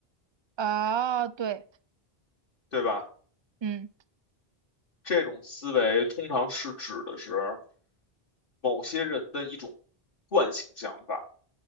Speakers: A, on the right (about 40°); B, on the left (about 60°).
A: 哦，对，
B: 对吧？
A: 嗯
B: 这种思维通常是指的是某些人的一种惯性想法，